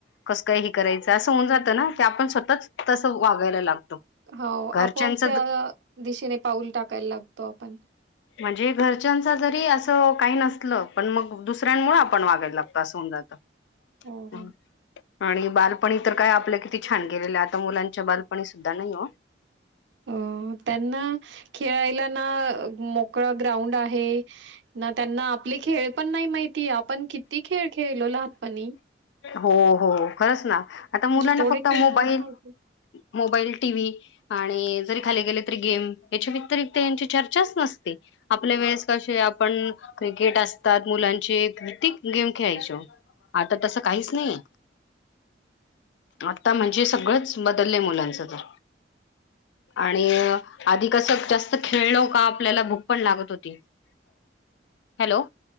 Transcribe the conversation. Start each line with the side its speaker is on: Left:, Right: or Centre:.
Left: कसं काय ह करायचं असं होऊन जातं ना की आपण स्वतःच तसं वागायला लागतो.
Right: हो
Left: घरच्यांच
Right: आपोआप त्या आ दिशेने पाऊल टाकायला लागतो आपण.
Left: म्हणजे घरच्यांचा जरी असं काय नसलं पण मग दुसऱ्यांमुळे आपण वागायला लागतो अस होऊ जात
Right: हो,
Left: म
Right: हो.
Left: आणि बाल पणी तर काय आपल्या किती छान गेलेल्या आता मुलांच्या बालपणी सुद्धा नाही हो.
Right: अ त्यांना खेळायला ना अ मोकळ ग्राउंड आहे ना त्यांना आपले खेळ पण नाही माहितीय आपण किती खेळ खेळलो लहातपणी.
Left: हो हो खरच ना आता मुलांना
Right: तेवढे
Left: फक्त
Right: खेळ
Left: मोबाईल,
Right: त्यांना माहिती
Left: मोबाईल, टीव्ही आणि जरी खाली गेले तरी गेम याच्या व्यतिरिक्त यांची चर्चाच नसते आपल्या वेळेस कशे आपण क्रिकेट असतात मुलांचे क गेम खेळायचो आता तस काहीच नाहीये, आता म्हणजे सगळंच बदलले मुलांचं तर आणि आधी कस जास्त खेळलो का आपल्याला भूक पण लागत होती <inaudible> हॅलो,